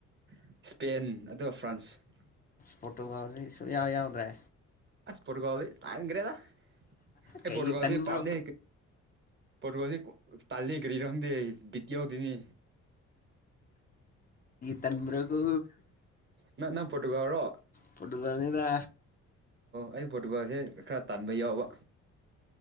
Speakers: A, on the right; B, on the left.
A: ꯏꯁꯄꯦꯟ ꯑꯗꯨꯒ ꯐ꯭ꯔꯥꯟꯁ
B: ꯐꯣꯇꯣꯒꯁꯁꯨ ꯌꯥꯎ ꯌꯥꯎꯗ꯭ꯔꯦ
A: ꯑꯁ ꯄꯨꯣꯠꯀꯣꯗꯤ ꯇꯥꯏ ꯌꯦ ꯀꯔꯦꯗ ꯑꯩ
B: ꯀꯩꯒꯤ
A: ꯄꯨꯣꯠꯀꯥꯎꯁꯤ
B: ꯇꯟꯕ꯭ꯔꯣ
A: ꯄꯝꯃꯦ ꯄꯠꯗꯤ ꯇꯥꯦꯒꯔꯤꯔꯗ ꯕꯤꯇꯣꯗꯤꯅꯤ
B: ꯇꯟ꯭ꯔꯒ
A: ꯅꯪ ꯅꯪ ꯄꯠꯇꯕꯔꯣ
B: ꯄꯣꯔꯇꯨꯒꯥꯜꯅꯤꯗ
A: ꯑꯩ ꯄꯣꯔꯇꯨꯒꯥꯜꯁꯦ ꯈꯔ ꯇꯥꯟꯕ ꯌꯥꯎꯕ